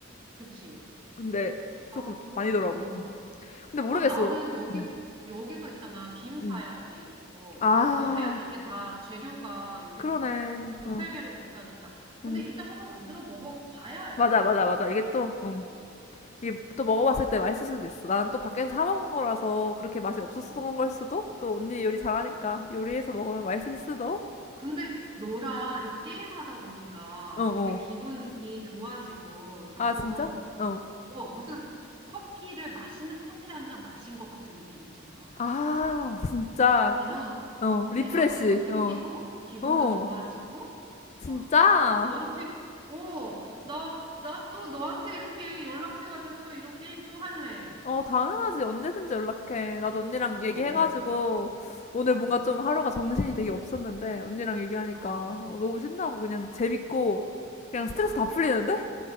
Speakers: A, on the right (about 25°); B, on the left (about 35°).
A: 그치.
B: 근데
A: 아,
B: 조금
A: 그렇구나.
B: 아니더라고. 음. 근데 모르겠어.
A: 아, 나는 여기,
B: 음,
A: 여기서 있잖아. 김 사야지.
B: 음.
A: 뭐,
B: 아,
A: 뭐 해야지. 이게 다 재료가 여긴
B: 그러네.
A: 두세
B: 응,
A: 배로 비싸니까. 근데
B: 응.
A: 일단 한번 만들어 먹어봐야 알겠다.
B: 맞아, 맞아, 맞아.
A: 너도.
B: 이게
A: 맞아요.
B: 또, 응.
A: 어.
B: 이게 또 먹어봤을 때 맛있을
A: 어,
B: 수도 있어. 나는 또 밖에서 사 먹은 거라서 그렇게 맛이 없었던
A: 어.
B: 걸 수도? 또 언니 요리 잘하니까
A: 어.
B: 요리해서 먹으면 맛있을 수도?
A: 아, 근데 너랑 이렇게 게임하다 보니까
B: 어어.
A: 되게 기분이 좋아지고 조금,
B: 아, 진짜? 어.
A: 어, 무슨 커피를, 맛있는 커피 한 잔 마신 것 같은 느낌 있잖아.
B: 아,
A: 막
B: 진짜.
A: 에너,
B: 어,
A: 어,
B: 리프레시.
A: 에너지도 생기고,
B: 어.
A: 기분도
B: 어,
A: 좋아지고,
B: 진짜?
A: 막, 어, 너한테, 어, 나, 나 또 너한테 이렇게 연락해가지고 또 이런 게임 또 할래.
B: 어, 당연하지. 언제든지 연락해. 나도 언니랑 얘기해가지고,
A: 너,
B: 오늘
A: 어,
B: 뭔가 좀 하루가 정신이 되게 없었는데, 언니랑 얘기하니까
A: 어,
B: 어, 너무 신나고, 그냥
A: 어,
B: 재밌고,
A: 어,
B: 그냥 스트레스
A: 나도.
B: 다 풀리는데?